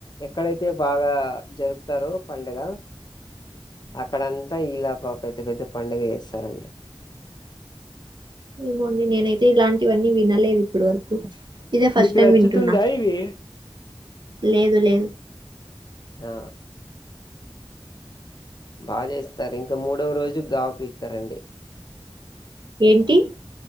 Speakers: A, on the left (about 50°); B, on the right (about 55°).
A: ఎక్కడైతే బాగా జరుపుతారు పండుగ అక్కడంతా ఇలా పెద్ద పెద్ద పండుగ చేస్తారండి
B: ఏమోండి నేనైతే ఇలాంటివన్నీ వినలేదు ఇప్పటి వరకు ఇదే ఫస్ట్
A: మీకు
B: టైం
A: నచ్చుతుందా
B: వింటున్నా
A: ఇవి
B: లేదు లేదు
A: ఆ బాగా చేస్తారు ఇంకా మూడవ రోజు గావ పీకుతారండి
B: ఏంటి